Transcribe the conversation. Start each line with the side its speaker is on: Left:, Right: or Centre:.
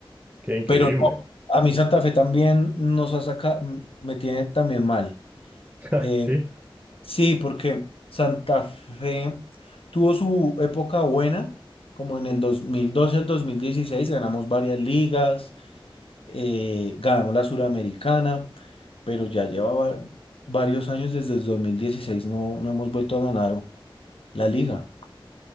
Right: Qué increíble.
Left: Pero no, a mí Santa Fe también nos ha sacado, me tiene también mal.
Right: <laughs>
Left: Eh,
Right: Sí,
Left: Sí, porque Santa Fe tuvo su época buena, como en el 2012 al 2016, ganamos varias ligas, eh, ganamos la Suramericana, pero ya llevaba varios años desde el 2016, no, no hemos vuelto a ganar la liga.